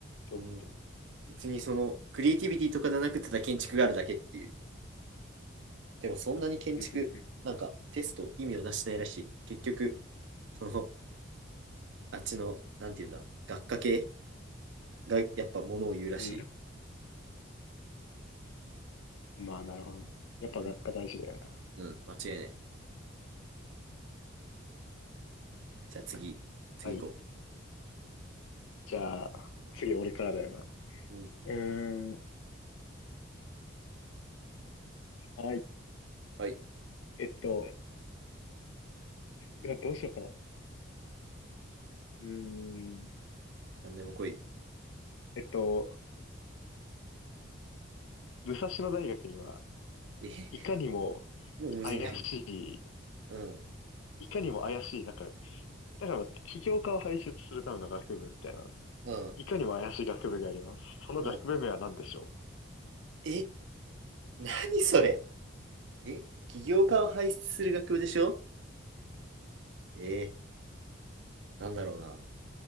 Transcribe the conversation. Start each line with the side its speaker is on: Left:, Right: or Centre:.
Left: て思った。
Right: うん別にそのクリエイティビティとかじゃなくてただ建築があるだけっていう。でもそんなに建築、
Left: うん、うん、
Right: なんかテスト意味をなしてないらしい。結局、そのあっちの、なんていうんだ、学科系がやっぱものを言うらしい。
Left: うん。うんまあ、なるほどね。やっぱ学科大事だよな。
Right: うん、うん、間違いない。じゃあ次、次行こ
Left: はい。じゃあ、次俺からだよな。
Right: う。うん、
Left: うーん。はい。
Right: はい。
Left: えっと、うわどうしようかな。うーん。
Right: なんでも来い。
Left: えっと、武蔵野大学には、
Right: え、
Left: いかにも
Right: もうむずいんだけど。
Left: 怪し
Right: うん、
Left: い、いかにも怪しい、なんか、だからまあ起業家を輩出するための学部みたいな
Right: うん、
Left: いかにも怪しい学部があります。その学部名は何でしょ
Right: うん。え、何それえ、起業家を輩出する学部でしょえー、なんだろうな。